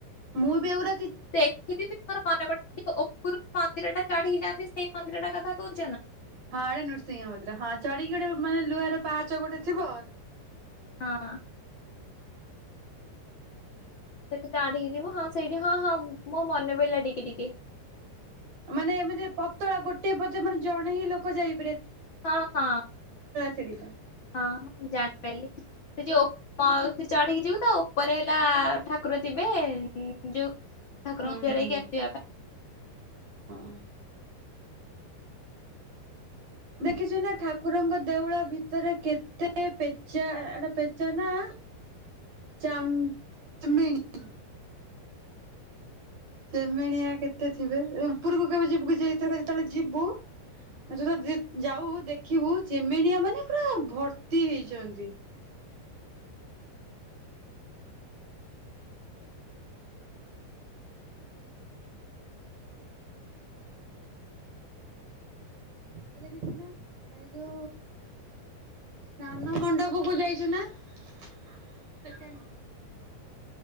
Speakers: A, on the right; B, on the left.
A: ମୁଁ ବି ଏଗୁଡା
B: ଦେଖିବି ମୋର ମନେ ପଡଛି ଉପର ମନ୍ଦିର ଟା ଚଢି ଯାଆନ୍ତି ସେଇ ମନ୍ଦିର ଟା କଥା ଥା କହୁଛ ନା?
A: ହଁ ଏଟା ନୃସିଂହ ମନ୍ଦିର ହଁ ଚଢିକି ଗୋଟେ ମାନେ ଲୁହାର ପାହାଚ ଗୋଟେ ଥିବ।
B: ହଁ। ସେଠି ଚାଡିକି ଯିବୁ ହଁ ସେଇଠି ହଁ ହଁ ମୋ ମନେ ପଡିଲା ଟିକେ ଟିକେ।
A: ମାନେ ଏମିତି ପତଳା ଗୋଟେ ପେ ମାନେ ଜଣେ ହିଁ ଲୋକ ଯାଇ
B: ହଁ ହଁ
A: ସିଡିଟା।
B: ହଁ ଜାଣିପାରିଲି। ସେ ଯୋଉ ସେ ଚଢିକି ଯିବୁ ତା ଉପରେ ହେଲା ଠାକୁର ଥିବେ ଯୋଉ ଠାକୁରଙ୍କୁ
A: ହୁଁ
B: ଜୁହାର
A: ହୁଁ
B: ହେଇକି ଆସିବା ପାଇଁ
A: ହଁ ଦେଖିଛୁ ନା ଠାକୁରଙ୍କ ଦେଉଳ ଭିତରେ କେତେ ପେଚା ଏଟା ପେଚା ନା
B: <inaudible>
A: ଚାମ୍ ମିନ। ଚେମେଣିଆ କେତେ ଥିବେ ଏଇ ଉପରକୁ କେବେ ଯିବୁ କି ଯେତେବେଳେ ଯିବୁ ଆ ତ ଯାଉ ଦେଖିବୁ ଚମେଣିଆ ମାନେ ପୁରା ଭର୍ତ୍ତି ହେଇଛନ୍ତି।
B: <inaudible>
A: ଆରେ ଏଇ ଯୁନା ଏ ଯଉ ସ୍ନାନ ମଣ୍ଡପ କୁ ଯାଇଛୁ ନା ସେକେଣ୍ଡ୍